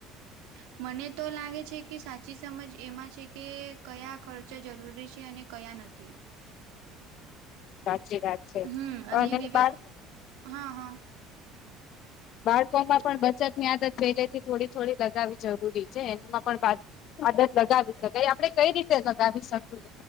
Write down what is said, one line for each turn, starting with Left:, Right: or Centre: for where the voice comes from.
Right: <inaudible> મનેતો લાગે છે કે સાચી સમજ એમાં છે કે કયા ખર્ચ જરૂરી છે અને કયા નથી.
Left: સાચી વાત છે,
Right: હમ
Left: પણ
Right: અને વિવેક
Left: એ
Right: હા હા.
Left: બાળકોમાં પણ બચતની આદત પેલેથી થોડી થોડી લગાવવી જરૂરી છે, એનામાં પણ આદત લગાવી શકાય આપણે કઈ રીતે લગાવી શકી